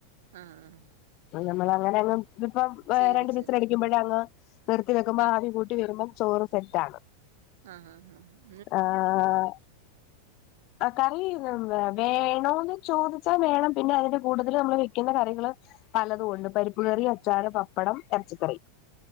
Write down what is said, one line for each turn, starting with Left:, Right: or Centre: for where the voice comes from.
Right: ആഹ്ആഹ്.
Left: നമ്മളങ്ങനങ്ങ് ഇതിപ്പം ഏഹ്
Right: ശരി
Left: രണ്ടു
Right: ശരി
Left: വിസില് അടിക്ക്യുമ്പഴങ്ങ് നിർത്തി വെക്കുമ്പോ
Right: ആ
Left: ആവി കൂ ട്ടി വരുമ്പം ചോറ് സെറ്റാണ്.
Right: ആ ഹാ ഹാ ഹ
Left: ആഹ് ആഹ് കറി വേണോന്ന് ചോദിച്ചാ വേണം. പിന്നെ അതിന്റെ കൂട്ടത്തിൽ നമ്മള് വെക്കുന്ന കറികള് പലതു ഉണ്ട്. പരിപ്പ് കറി, അച്ചാറ്, പപ്പടം, എറച്ചിക്കറി,